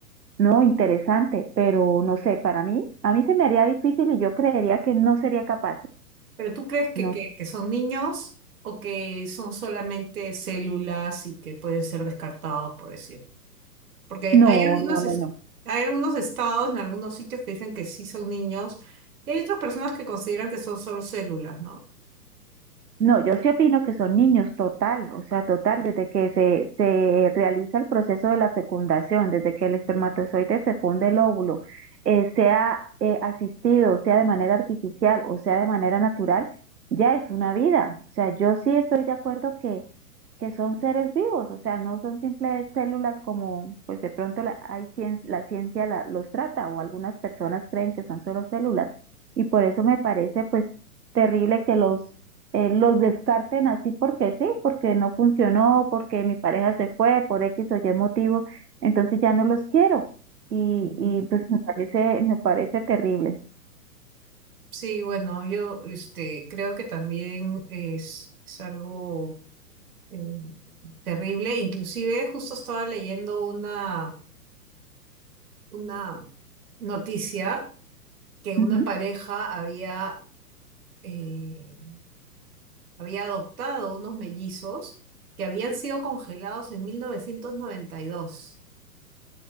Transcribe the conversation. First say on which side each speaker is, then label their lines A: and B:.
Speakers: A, on the right (about 80°); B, on the right (about 65°).
A: No, interesante, pero no sé, para mí, a mí se me haría difícil y yo creería que no sería capaz.
B: Pero ¿tú crees que,
A: No,
B: que que son niños o que son solamente células y que pueden ser descartados, por decir? Porque
A: no,
B: hay algunos,
A: no, no,
B: es-
A: no.
B: hay algunos estados en algunos sitios que dicen que sí son niños y hay otras personas que consideran que son solo células, ¿no?
A: No, yo sí opino que son niños total, o sea, total, desde que se, se realiza el proceso de la fecundación, desde que el espermatozoide fecunde el óvulo, eh, sea eh, asistido, sea de manera artificial o sea de manera natural, ya es una vida. O sea, yo sí estoy de acuerdo que, que son seres vivos, o sea, no son simples células como, pues de pronto la, hay cien- la ciencia la- los trata o algunas personas creen que son solo células. Y por eso me parece, pues, terrible que los eh, los descarten así porque sí, porque no funcionó, porque mi pareja se fue por X o Y motivo, entonces ya no los quiero. Y,
B: Ujú.
A: y pues me parece, me parece terrible.
B: Sí, bueno, yo este, creo que también es, es algo eh, terrible. Inclusive justo estaba leyendo una, una noticia que
A: Ujú.
B: una pareja había, eh, había adoptado unos mellizos que habían sido congelados en 1992